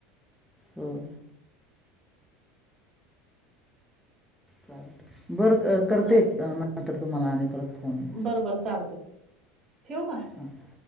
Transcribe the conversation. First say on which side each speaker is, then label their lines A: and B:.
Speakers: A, in the centre; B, on the right (about 35°).
A: होय चाल बरं करते
B: बर
A: नंतर तुम्हाला आणि परत फोन
B: बरं बरं चालते ठेवू का
A: हां